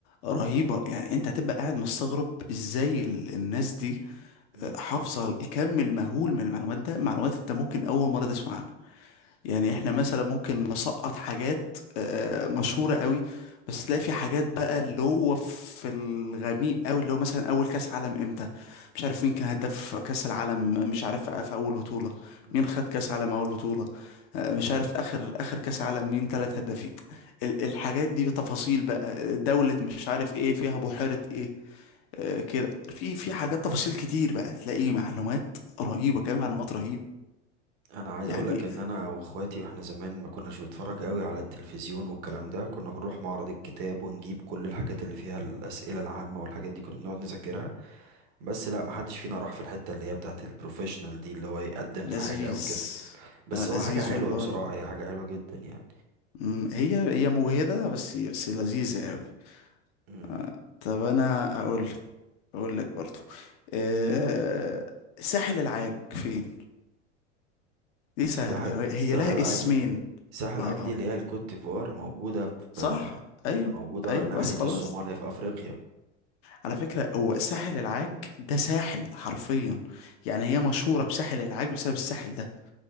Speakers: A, on the left; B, on the right.
A: رهيبة يعني انت هتبقى قاعد مستغرب ازاي ال- الناس دي
B: مم.
A: آه، حافظة الكم المهول من المعلومات ده معلومات انت ممكن اول مرة تسمع عنها يعني احنا مثلا ممكن نسقط حاجات آه، مشهورة قوي بس تلاقي في حاجات بقى اللي هو في الغميق قوي اللي هو مثلا اول كاس عالم امتى مش عارف مين كان هداف كاس العالم مش عارف في اول بطولة
B: مم.
A: مين خد كاس عالم اول بطولة آه، مش عارف اخر اخر كاس عالم مين ثلاث هدافين ال- الحاجات دي تفاصيل بقى دولة مش عارف ايه فيها بحيرة ايه آه، كده في
B: مم.
A: في حاجات تفاصيل كتير بقى تلاقي معلومات رهيبة كمان معلومات رهيبة
B: انا عايز
A: يعني
B: اقولك ان انا واخواتي واحنا زمان ما كناش بنتفرج قوي على التلفزيون والكلام ده كنا بنروح معرض الكتاب ونجيب كل الحاجات اللي فيها الاسئله العامه والحاجات دي كنا بنقعد نذاكرها بس لا ما حدش فينا راح في الحته اللي هي بتاعه البروفيشنال دي اللي هو يقدم
A: لذيذ
B: في حاجه او كده بس
A: لا لذيذ
B: هو حاجه حلوه
A: والله
B: بصراحه هي حاجه حلوه جدا يعني
A: مم، هي هي مجهدة بس بس لذيذة قوي
B: امم
A: آه، طب انا اقول لك اقول لك برضو أه ساحل العاج فين دي سهلة
B: ساحل
A: هي
B: ساحل
A: لها
B: عاج
A: اسمين
B: ساحل
A: اه
B: عاج دي اللي هي الكوت ديفوار موجوده في
A: صح ايوه
B: موجوده
A: ايوه
B: ناحيه
A: بس خلاص
B: الصومال هي في افريقيا
A: على فكرة هو ساحل العاج ده ساحل حرفيا يعني هي مشهورة بساحل العاج بسبب الساحل ده